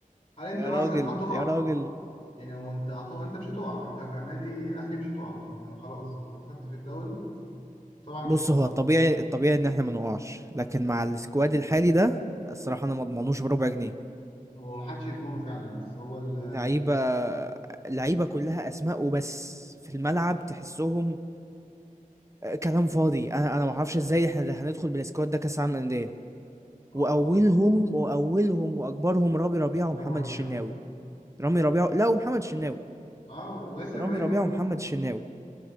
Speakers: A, on the left; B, on the right.
A: هل انت
B: يا
A: مثلا
B: راجل
A: هتقع
B: يا راجل
A: يعني هو انت هتقع انت مش هتقع انت كنادي اهلي مش هتقع انت خلاص انت مسكت في الدوري طبعا
B: بص
A: مش هيتخصم
B: هو الطبيعي الطبيعي ان احنا ما نقعش لكن مع السكواد الحالي ده الصراحة انا ما اضمنوش بربع جنيه
A: هو محدش يضمنه فعلا بس هو ال
B: لعيبة لعيبة كلها اسماء وبس في الملعب تحسهم آه، كلام فاضي انا انا ما اعرفش ازاي احنا هندخل بالسكواد ده كاس عالم انديه
A: أو
B: واولهم واولهم واكبرهم رامي ربيعه
A: رامي
B: ومحمد
A: ربيعة
B: الشناوي رامي ربيعه لا ومحمد الشناوي
A: أه وياسر
B: رامي
A: إبراهيم
B: ربيعه
A: برضه
B: ومحمد الشناوي